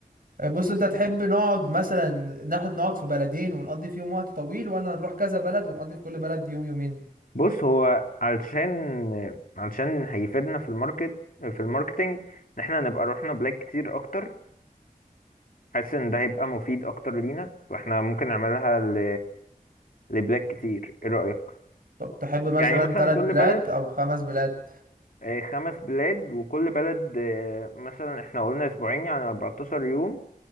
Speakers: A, on the right (about 75°); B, on the left (about 70°).
A: إيه، بص انت تحب نقعد مثلا ناخد نقعد في بلدين ونقضي فيهم وقت طويل ولا نروح كذا بلد ونقضي في كل بلد يوم يومين
B: بص هو علشان علشان هيفيدنا في الماركت في الماركتينج ان احنا نبقى رحنا بلاك كتير اكتر حاسس ان ده هيبقى مفيد اكتر لينا فاحنا ممكن نعملها ل... لبلاك كتير ايه رايك
A: طب تحب مثلا
B: يعني مثلا
A: ثلاث
B: كل
A: بلاد
B: بلد
A: او خمس بلاد
B: آه، خمس بلاد وكل بلد آه، مثلا احنا قلنا اسبوعين يعني 14 يوم